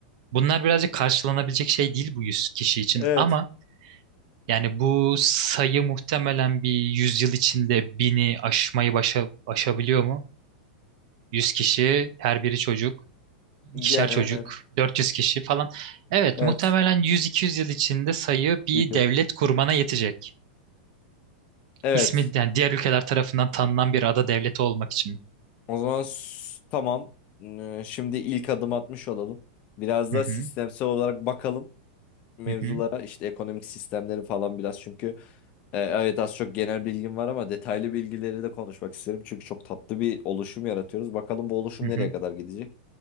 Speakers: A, on the right; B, on the left.
A: Bunlar birazcık karşılanabilecek şey değil bu 100 kişi için
B: Evet.
A: ama yani bu sayı muhtemelen bir 100 yıl içinde bini aşmayı başa, aşabiliyor mu? yüz kişi, her biri çocuk,
B: Yani
A: ikişer çocuk,
B: evet.
A: 400 kişi falan. Evet
B: Evet.
A: muhtemelen yüz iki yüz yıl içinde sayı bir
B: Büyüyor.
A: devlet kurmana yetecek.
B: Evet.
A: İsmi yani diğer ülkeler tarafından tanınan bir ada devleti olmak için.
B: O zaman s- tamam. Ee, Şimdi ilk adım atmış olalım. Biraz da
A: Hı hı.
B: sistemsel olarak bakalım mevzulara.
A: Hı hı,
B: İşte ekonomik sistemleri falan biraz çünkü e, evet az çok genel bilgim var ama detaylı bilgileri de konuşmak isterim. Çünkü çok tatlı bir oluşum yaratıyoruz. Bakalım bu oluşum
A: hı hı.
B: nereye kadar gidecek.